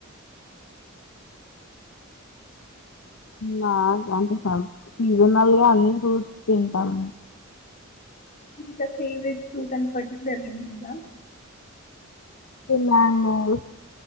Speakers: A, on the left; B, on the left.
A: నాకంటే స సీజనల్ గా అన్ని ఫ్రూట్స్ తింటాము మేము
B: ఇకా ఫేవరెట్ ఫ్రూట్ అని పర్టిక్యులర్ గా ఏం లేదా
A: మ్యాంగోస్